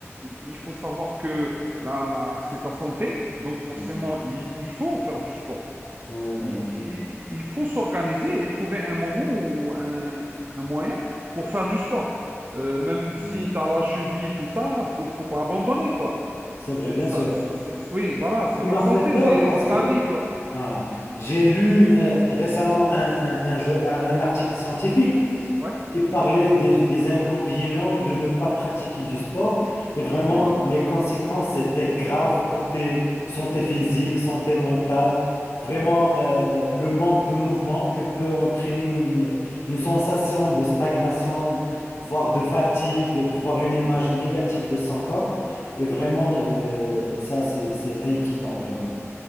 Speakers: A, on the right; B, on the left.
A: il faut savoir que là, là, c'est ta santé, donc forcément,
B: ah,
A: il, il faut faire du sport.
B: oui, oui,
A: Il, il- faut s'organiser et trouver un moment ou un, un moyen pour faire du sport. Euh, même
B: oui.
A: si tu as la cheville et tout ça, faut, faut pas abandonner, quoi.
B: C'est
A: C'est
B: vrai, bien
A: ça,
B: sûr.
A: ça- c'est- c'est- oui, voilà, c'est
B: Il
A: ta
B: m'a
A: santé,
B: fait peur
A: c'est
B: parce
A: c'est ta
B: que
A: vie, quoi.
B: Ah, j'ai lu euh, récemment un, un- un jo- un- un article scientifique
A: Ouais.
B: qui parlait des, des inconvénients de ne pas pratiquer du sport et vraiment
A: Oui.
B: les conséquences étaient graves côté santé physique,
A: Mm,
B: santé mentale.
A: mm,
B: Vraiment, euh, euh, le manque de mouvement, il peut entraîner une, une sensation de stagnation, voire de fatigue, voire une image
A: mm, mm.
B: négative de son corps. Et vraiment,
A: Oui.
B: euh, ça, c'est c'est inquiétant, vraiment.